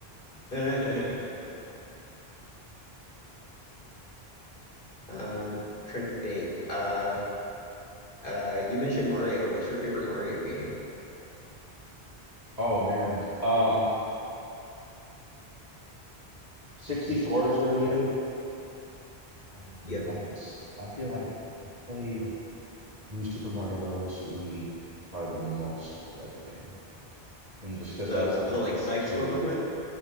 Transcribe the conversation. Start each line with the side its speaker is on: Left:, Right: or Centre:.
Left: <laughs> um trying to think. Uh Uh, you mentioned Mario. What's your favorite Mario game?
Right: Oh man, um. 64 is really good. Um,
Left: Yep,
Right: but I feel like I played New Super Mario Bros. Wii probably the most out of everything. And just because
Left: the
Right: that was like
Left: the
Right: a go-to,
Left: like side scroller one.